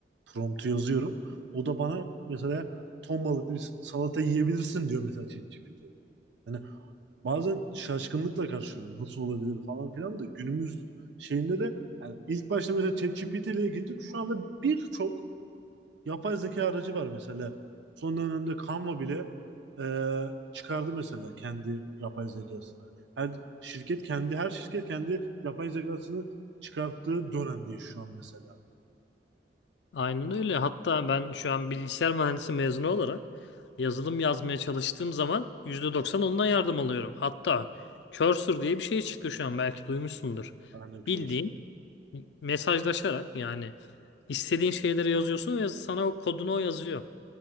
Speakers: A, on the right (about 85°); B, on the left (about 75°).
A: Promptu yazıyorum. O da bana mesela ton balıklı bir salata yiyebilirsin diyor mesela ChatGPT. Yani bazen şaşkınlıkla karşılıyorum. Nasıl olabilir falan filan da günümüz şeyinde de yani ilk başta mesela ChatGPT ile ilgili şu anda birçok Yapay zeka aracı var mesela. Son dönemde Canva bile e, çıkardı mesela kendi yapay zekasını. Her şirket kendi her şirket kendi yapay zekasını çıkarttığı dönemdeyiz şu an mesela.
B: Aynen öyle. Hatta ben şu an bilgisayar mühendisi mezunu olarak yazılım yazmaya çalıştığım zaman %90 ondan yardım alıyorum. Hatta Cursor diye bir şey çıktı şu an belki duymuşsundur.
A: Örnek karşı.
B: Bildiğin mesajlaşarak yani istediğin şeyleri yazıyorsun ve sana o kodunu o yazıyor.